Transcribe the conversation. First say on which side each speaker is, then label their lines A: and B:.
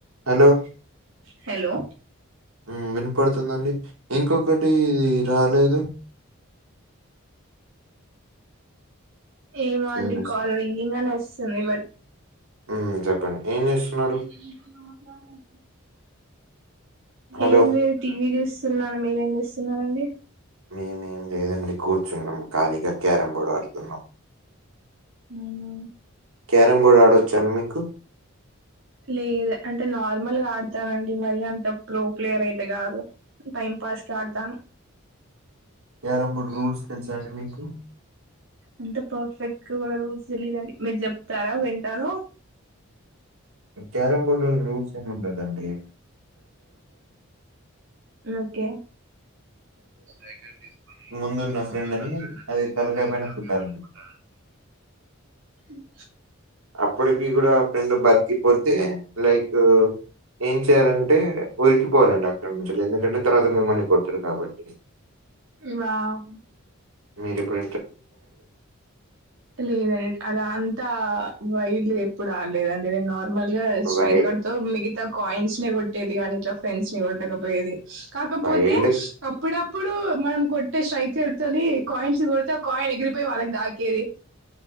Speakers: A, on the right (about 85°); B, on the right (about 65°).
A: హలో
B: హలో
A: మ్ వినపడుతుందండీ ఇంకొకటి రాలేదు
B: ఏమో
A: సరే
B: అండి కాల్ రింగింగ్ అని వొస్తుంది బట్
A: ఉ చెప్పండి ఏం
B: <unintelligible>
A: చేస్తున్నారు?
B: మాట్లాడద్దు
A: హలో!
B: ఏం లేదు టీవీ చూస్తున్నాను మీరేం చేస్తున్నారు అండీ
A: మేమేం లేదండి గుడ్ చున్నం కాలిగా క్యారం బోర్డ్ ఆడుతున్నాం
B: అవునా
A: క్యారం బోర్డ్ ఆడొచ్ఛ అండీ మీకు
B: లేదు అంటే నార్మల్గా ఆడతాను అండీ మరి అంత ప్రో ప్లేయర్ అయితే గాదు టైం పాస్ సడ్తాను
A: క్యారమ్ బోర్డ్
B: కియారా
A: రూల్స్ తెలుసా
B: ఫ్రూట్స్
A: అండి
B: తెచ్చిన
A: మీకు?
B: అంత పర్ఫెక్ట్ గా కూడా రూల్స్ తెలీయదండి మీరు చెప్తారా వింటాను
A: క్యారం బోర్డు రూల్స్ ఏం ఉండదండి
B: నోకే స్ట్రైకర్ తీసుకొని
A: ముందున్న
B: ముందు
A: ఫ్రెండ్‌ని
B: న ఫ్రెండ్ ని
A: తలకాయ
B: అది తలకాయ్
A: కొట్టాలి.
B: పైన కొట్టాలండి. ఉ
A: అప్పటికి కూడా రెండు బతికిపోతే లైకూ ఏం చేయాలంటే ఒరికిపోలండి అక్కడ్నుంచి ఎందుకంటే తర్వాత మిమల్ని కొడ్తారు కాబట్టి
B: వావ్
A: మీరిప్పుడు
B: లేదండి అధన్ తా వైట్ ది ఎప్పుడు ఆల్లేదండి నేను నార్మల్ గా స్ట్రైక్డ్
A: వై
B: తో మిగతా కాయిన్స్ నే గొట్టేది, ఆనీ ఇట్ల ఫ్రెండ్స్ ని కొట్టకపోయేది కాకపోతే
A: వైల్డ్
B: అప్పుడప్ ఇప్పుడు మనం కొట్టే స్ట్రైకర్ తొనీ కాయిన్స్ కొడ్తే అప్ కాయిన్ ఎగిరిపోయి వాళ్లక్ దాకేది.